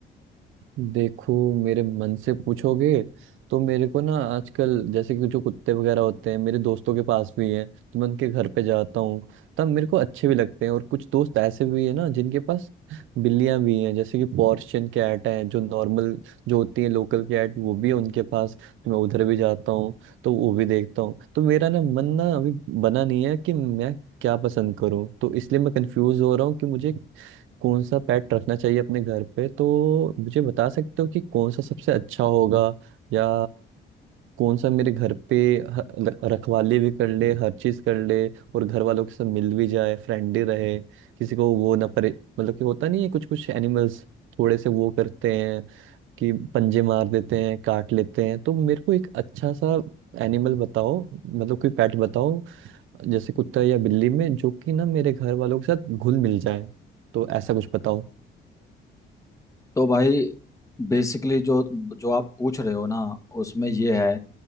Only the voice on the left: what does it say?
तो भाई बेसिकली जो जो आप पूछ रहे हो ना उसमें ये है